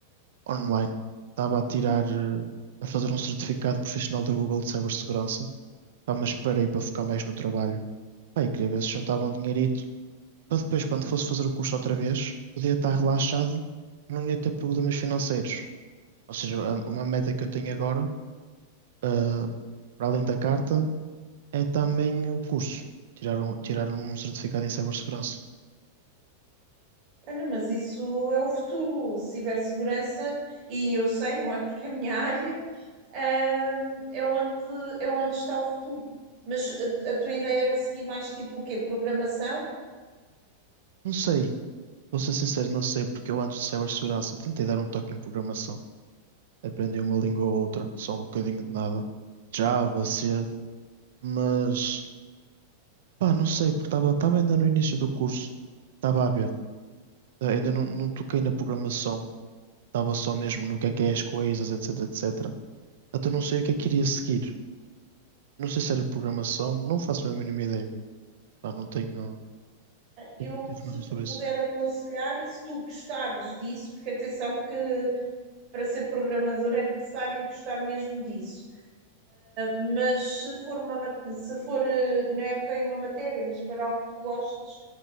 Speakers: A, on the right; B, on the right.
A: online. Estava a tirar, eh, a fazer um certificado profissional da Google de cibersegurança. Pá, mas parei para focar mais no trabalho. Pá, e queria ver se juntava um dinheirito para depois, quando fosse fazer o curso outra vez, podia estar relaxado, não ia ter problemas financeiros. Ou seja, a- uma meta que eu tenho agora, eh, para além da carta, é também o curso. Tirar um, tirar um certificado em cibersegurança.
B: Olha, mas isso é o futuro, cibersegurança, e eu sei, não é? Porque é a minha <laughs> área, ahm, é onde, é onde está o futuro. Mas a, a tua ideia era seguir mais tipo o quê? Programação?
A: Não sei. Vou ser sincero, não sei, porque eu antes de cibersegurança tentei dar um toque em programação. Aprendi uma língua ou outra, só um bocadinho de nada. Java, C, mas pá, não sei, porque estava estava ainda no início do curso, estava a ver. Eh, Ainda não, não toquei na programação, estava só mesmo no que é que é as coisas, etc, etc. Até não sei o que é que iria seguir. Não sei se era programação, não faço a mínima ideia. Pá, não tenho, tenho
B: Eu,
A: muita informação
B: se
A: sobre
B: te puder
A: isso.
B: aconselhar, se tu gostares disso, porque atenção que para ser programador é necessário gostar mesmo disso. Mas se for uma, mat- se for, eh, não é bem uma matéria, mas se for algo que tu gostes,